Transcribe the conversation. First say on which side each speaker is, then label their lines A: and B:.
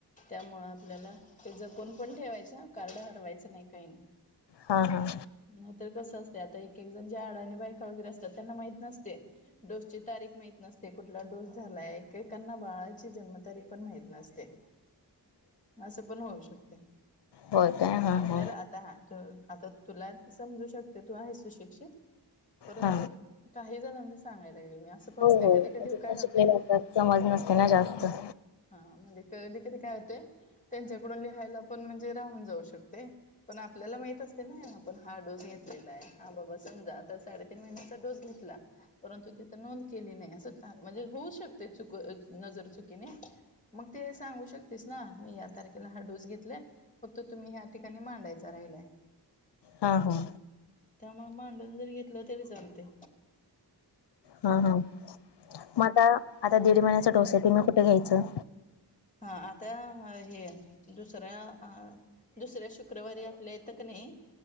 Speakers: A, on the left; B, on the left.
A: त्यामुळं आपल्याला, ते जपून पण ठेवायचं आ कार्ड हरवायचं नाही काही नाही
B: हा हा
A: नाहीतर कसं असतयं आता एक-एक जण, ज्या अडाणी बायका वगैरे असतात, त्यांना माहित नसतय डोसची तारीख माहित नसते, कुठला डोस झालाय एकेकाना बाळाची जन्मतारीख पण, माहित नसते. असं पण, होऊ शकतय.
B: होय काय हा
A: आपल्याला
B: हा
A: आता हा, तु आता तुला समजू शकते, तू आहे सुशिक्षित. परंतु
B: हा.
A: काही जणांचं, सांगायला लागले मी आसं पण
B: होय
A: होतंय,
B: होय
A: कधी कधी
B: म्हणजे
A: काय
B: न
A: होतंय
B: शिकलेले असतात समज नसते ना, जास्त.
A: हा, म्हणजे कधी-कधी काय होतंय त्यांच्याकडून लिहायला पण, म्हणजे राहून जाऊ शकतय. पण, आपल्याला माहित असतय ना आपण हा डोस, घेतलेला आहे. हा बाबा समजा आता साडे तीन महिन्याचा, डोस घेतला. परंतु तिथ, नोंद केली नाही असंच, म्हणजे होऊ शकतय, चुक नजर चुकीने. मग ते सांगू शकतेस ना? मी या तारखेला हा डोस घेतलाय. फक्त तुम्ही, ह्या ठिकाणी, मांडायचा राहिलाय.
B: हा हा
A: त्यामुळं मांडून जरी घेतलं, तरी चालतंय.
B: हा हा म आता आता दीड महिन्याचा डोस हाय ते मी कुठं घ्यायचं.
A: हां आता हे दुसऱ्या अ दुसऱ्या शुक्रवारी आपल्या इथं की नाही